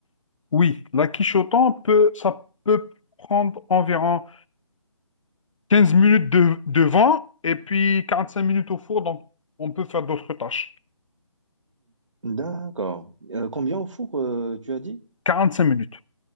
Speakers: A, on the left; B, on the right.
A: Oui, la quiche au thon peut, ça peut prendre environ 15 minutes de, de vent et puis 45 minutes au four, donc on peut faire d'autres tâches.
B: D'accord. Euh, combien au four, euh, tu as dit?
A: Quarante-cinq minutes.